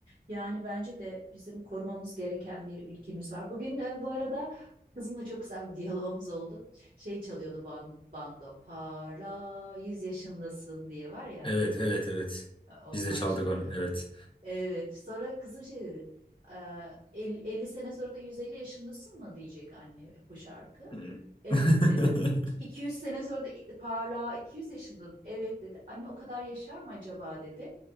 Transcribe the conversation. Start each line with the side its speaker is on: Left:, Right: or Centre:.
Right: Yani bence de bizim korumamız gereken bir ülkemiz var. Bugün e, bu arada kızımla çok güzel bir diyalogumuz oldu. Şey çalıyordu ban- bando, parla 100 yaşındasın diye var ya
Left: Evet, evet, evet.
Right: e, o
Left: Biz
Right: marşı.
Left: de çaldık onu, evet.
Right: Evet. Sonra kızım şey dedi. "Eee, el- 50 sene sonra da 150 yaşındasın mı diyecek anne bu şarkı.
Left: <laughs>
Right: Evet dedim. İk- 200 sene sonra da parlağa 200 yaşındım. Evet dedi. Anne o kadar yaşar mı acaba dedi.